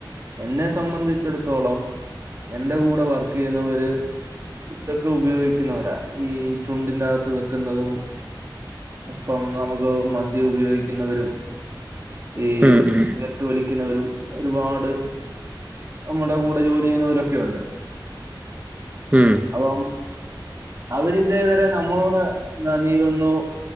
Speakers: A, on the right; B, on the right.
A: എന്നെ സംബന്ധിച്ചിടത്തോളം എന്റെ കൂടെ വർക്ക് ചെയ്യുന്നവര് ഇതൊക്കെ ഉപയോഗിക്കുന്നവരാ ഈ ചുണ്ടിന്റകത്ത് വെക്കുന്നതും ഇപ്പം നമുക്ക് മദ്യം ഉപയോഗിക്കുന്നവരും ഈ
B: ഉം ഉം
A: സിഗർട്ട് വലിക്കുന്നവരും ഒരുപാട് നമ്മുടെ കൂടെ ജോലി ചെയ്യുന്നോലൊക്കെയൊണ്ട്
B: ഉം
A: ഇപ്പൊ അവരിതേവരെ നമ്മളോട് നീയിതൊന്നു